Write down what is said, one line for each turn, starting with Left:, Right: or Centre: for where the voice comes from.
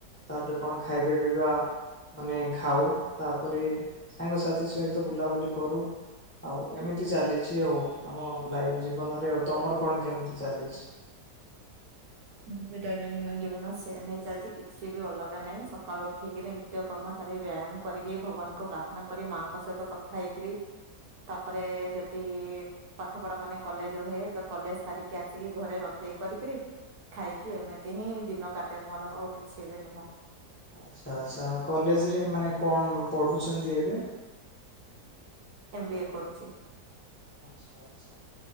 Left: ତାପରେ କଣ ଖାଇବା ପିଇବା ମାନେ ଖାଉ ତାପରେ ସାଙ୍ଗସାଥି ସହିତ ବୁଲାବୁଲି କରୁ ଆଉ ଏମିତି ଚାଲିଛି ଆଉ ଆମ ଲାଇନ ଜୀବନରେ ଆଉ ତମର କଣ କେମିତି ଚାଲିଛି?
Right: ମୋର ବି ଦୈନନ୍ଦିନ ଜୀବନ ସେମ ହେଇ ଚାଲିଛି କିଛି ବି ଅଲଗା ନାହିଁ ସକାଳୁ ଉଠେଇକିରି ନିତ୍ୟ କର୍ମ ସାରି ବ୍ୟାୟାମ କରିକି ଭଗବାନଙ୍କୁ ପ୍ରାର୍ଥନା କରି ମାଆଙ୍କ ସହିତ କଥା ହେଇକିରି ତାପରେ ଯଦି ପାଠ ପଢା ମାନେ କଲେଜ ରୁ ରୁହେ ତ କଲେଜ ସାରିକି ଆସିକି ଘରେ ରୋଷେଇ କରିକରି ଖାଇକି ଏମିତି ହିଁ ଦିନ କାଟେ ମୋର ଆଉ କିଛି ଏ ବି ନୁହଁ।
Left: ଆଚ୍ଛା ଆଛା କଲେଜରେ ମାନେ କଣ ପଢୁଛନ୍ତି ଏବେ?
Right: ଏମ୍ ବି ଏ କରୁଛି।
Left: ଆଛା ଆଛା।